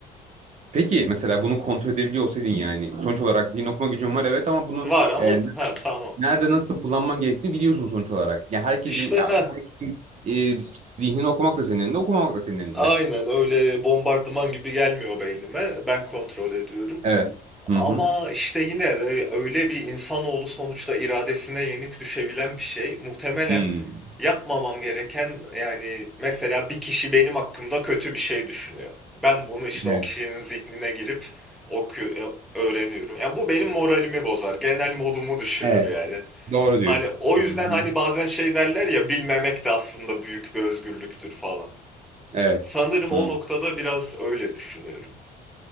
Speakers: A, on the right; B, in the centre.
A: Peki mesela bunu kontrol edebiliyor olsaydın yani sonuç olarak zihin okuma gücün var evet ama bunu
B: Var ama
A: e,
B: ha tamam.
A: nerede nasıl kullanman gerektiğini biliyorsun sonuç olarak. Ya herkesin
B: İşte
A: ya
B: ha
A: herkesin e, zihnini okumak da senin elinde okumamak da senin elinde.
B: aynen öyle bombardıman gibi gelmiyor beynime. Ben kontrol ediyorum.
A: Evet. Hı
B: Ama
A: hı.
B: işte yine de öyle bir insanoğlu sonuçta iradesine yenik düşebilen bir şey. Muhtemelen
A: Hmm.
B: yapmamam gereken yani mesela bir kişi benim hakkımda kötü bir şey düşünüyor. Ben bunu işte
A: Evet.
B: o kişinin zihnine girip oku- e, öğreniyorum. Yani bu benim moralimi bozar, genel modumu düşürür
A: Evet.
B: yani.
A: Doğru diyorsun.
B: Hani o
A: Hı
B: yüzden
A: hı.
B: hani bazen şey derler ya bilmemek de aslında büyük bir özgürlüktür falan.
A: Evet.
B: Sanırım o
A: Hı,
B: noktada biraz öyle düşünüyorum.